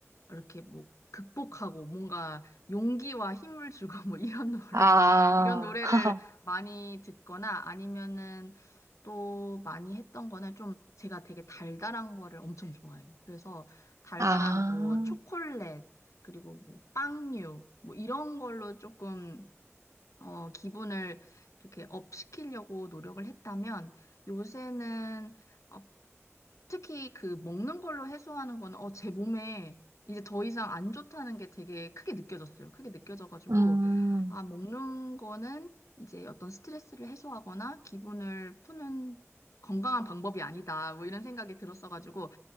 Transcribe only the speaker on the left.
이렇게 뭐 극복하고 뭔가 용기와 힘을 주고 뭐 이런 노래
<laughs> 이런 노래를
많이 듣거나 아니면은 또 많이 했던 거는 좀 제가 되게 달달한 거를 엄청 좋아해요. 그래서 달달한
뭐 초콜릿 그리고 뭐 빵류 뭐 이런 걸로 조금 어 기분을 이렇게 업 시키려고 노력을 했다면 요새는 어, 특히 그 먹는 걸로 해소하는 거는 어, 제 몸에 이제 더 이상 안 좋다는 게 되게 크게 느껴졌어요. 크게 느껴져가지고
아, 먹는 거는 이제 어떤 스트레스를 해소하거나 기분을 푸는 건강한 방법이 아니다. 뭐 이런 생각이 들었어가지고